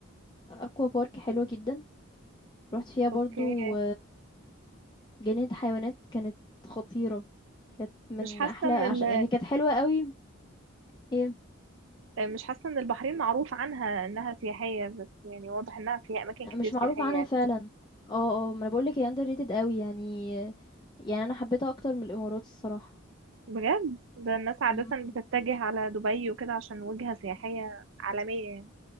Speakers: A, on the left (about 20°); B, on the right (about 65°).
A: aqua park حلوة جدًا، رُحت فيها برضه
B: اوكي
A: جنينة حيوانات كانت خطيرة، كانت من
B: مش حاسة
A: أحلى
B: ان
A: عش
B: ال...
A: هي كانت حلوة أوي هي
B: مش حاسة ان البحرين معروف عنها انها سياحية بس يعني واضح انها فيها اماكن كتير
A: مش
B: سياحية
A: معروف عنها
B: يعني
A: فعلًا. آه، آه، ما أنا باقول لِك هي underrated أوي يعني يعني أنا حبيتها أكتر من الإمارات الصراحة.
B: بجد ده الناس عادة
A: إمم.
B: بتتجه على دبي وكده عشان وجهة سياحية عالمية يعني